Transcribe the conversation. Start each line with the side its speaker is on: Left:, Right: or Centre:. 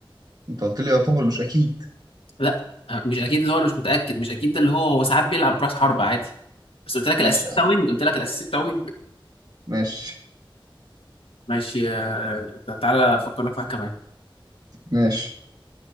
Right: انت قلت لي يعتبر مش اكيد
Left: لا آه، مش اكيد اللي هو أنا مش متاكد مش اكيد ده اللي هو هو ساعات بيلعب راس حربه عادي بس قلت لك
Right: ماشي
Left: الاساسي
Right: يا
Left: بتاع
Right: عم
Left: وينج قلت لك الاساسي بتاع وينج
Right: ماشي
Left: ماشي آه، تع- تعالى فكرنا في واحد كمان
Right: ماشي